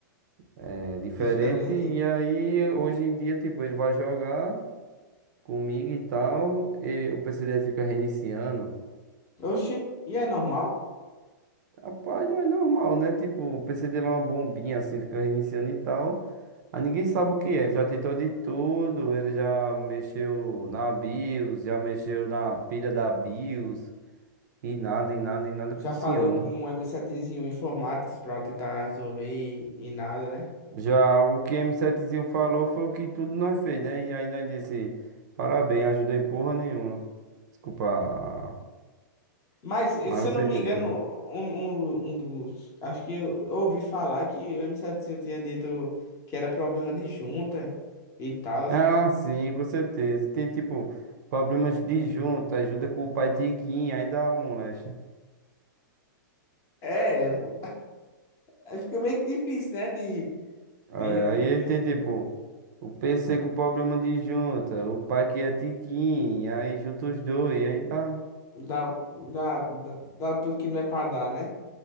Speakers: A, on the right (about 60°); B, on the left (about 25°).
A: é, diferente.
B: Diferente.
A: E aí hoje em dia, tipo, ele vai jogar comigo e tal, e o PC dele fica reiniciando.
B: Oxi, e é normal?
A: Rapaz, não é normal, né? Tipo, o PC dele é uma bombinha assim, fica reiniciando e tal. Aí ninguém sabe o que é. Ele já tentou de tudo, ele já mexeu na BIOS, já mexeu na pilha da BIOS. E nada, e nada, e nada
B: Já
A: funciona.
B: falou com um m setezinho zinho informáticos pra tentar resolver e, e nada, né?
A: Já o que m Setezinho falou foi o que tudo nós fez, né? E aí nós disse, parabéns, ajuda em porra nenhuma. Desculpa, a-
B: Mas, eh,
A: mas
B: se eu não
A: você
B: me
A: entendeu,
B: engano,
A: né?
B: um, um, um dos. Acho que eu ouvi falar que o m setezinho tinha dito que era problema de junta e tal.
A: Ah, sim, com certeza. Tem, tipo, problemas de junta, junta com o pai Tiquinho, aí dá uma moléstia.
B: É, eu- aí fica meio que difícil, né? De
A: Aí,
B: de resolver,
A: aí ele tem, tipo, o PC com problema de junta, o pai que é Tiquinho, aí junta os dois, aí dá...
B: dar, dar, dar, dar tudo que não é pra dar, né?